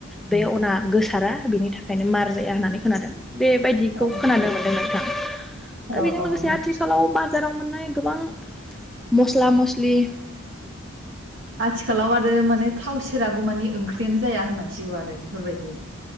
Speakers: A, in the centre; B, on the right.
A: बे अना गोसारा बिनि थाखायनो मार जाया होननानै खोनादों बेबायदिखौ
B: औ
A: खोनानो मोन्दों नोंथां
B: औ
A: आरो बेजों
B: औ
A: लोगोसे आथिखालाव बाजाराव मोननाय गोबां मस्ला मसलि नि
B: आथिखालाव आरो माने थाव सेरागौ मानि ओंख्रि नो जाया होनांसिगौ आरो फोरबायदि